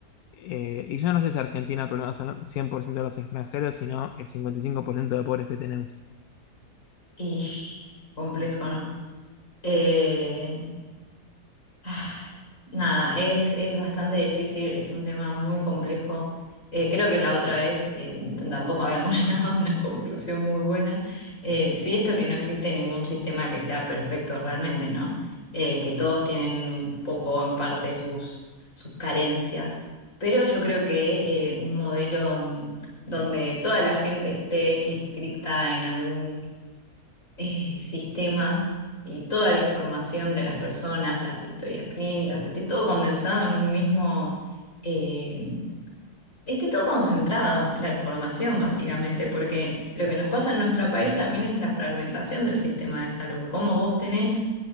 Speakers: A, on the left; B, on the left.
A: Eh, y yo no sé si Argentina el problema son 100% de los extranjeros, sino el 55% de pobres que tenemos.
B: Y complejo, ¿no? Eh, Ah, Nada, es, es bastante difícil, es un tema muy complejo. Eh, creo que la otra vez eh, <laughs> t- tampoco habíamos <laughs> llegado a una conclusión muy buena. Eh, sí, esto que no existe ningún sistema que sea perfecto realmente, ¿no? Eh, que todos tienen un poco en parte sus, sus carencias, pero yo creo que eh, un modelo mm, donde toda la gente esté inscripta en algún eh, sistema y toda la información de las personas, las historias clínicas, esté todo condensado en un mismo, eh, esté todo concentrado, la información básicamente, porque lo que nos pasa en nuestro país también es la fragmentación del sistema de salud, cómo vos tenés...